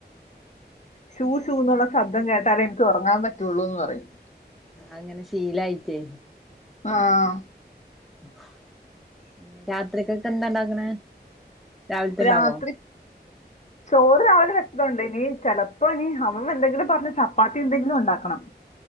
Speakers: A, on the left (about 40°); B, in the centre.
A: ശൂ ശൂ ന്നുള്ള ശബ്ദം കേ എനിക്ക് ഉറങ്ങാൻ പറ്റുള്ളൂ എന്ന് പറയും
B: അങ്ങനെ ശീലയിട്ട്
A: ആ
B: <inaudible> രാത്രിക്കക്ക് എന്താണ്ട അങ്ങനെ രാവിലത്തെ ഇണ്ടാവോ
A: രാത്രി ചോറ് രാവിലെ വെച്ചതുണ്ട് ഇനി ചിലപ്പോ ഇനി അമ്മ എന്തെങ്കിലും പറഞ്ഞ് ചപ്പാത്തി എന്തെങ്കിലും ഉണ്ടാക്കണം